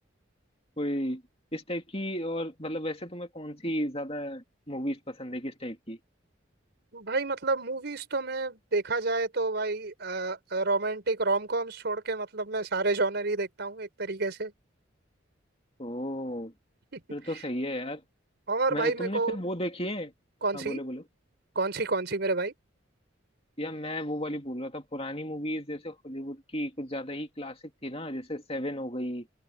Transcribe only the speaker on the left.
कोई इस टाइप की और मतलब वैसे तुम्हें कौन सी ज्यादा मूवीज पसंद है किस टाइप की
ओ
फिर तो सही है यार
मैं
तुमने
फिर वो देखी है
हाँ
बोलो बोलो
या मैं वो वाली बोल रहा था पुरानी मूवीज जैसे हॉलीवुड की कुछ ज्यादा ही क्लासिक थी ना जैसे सेवन हो गई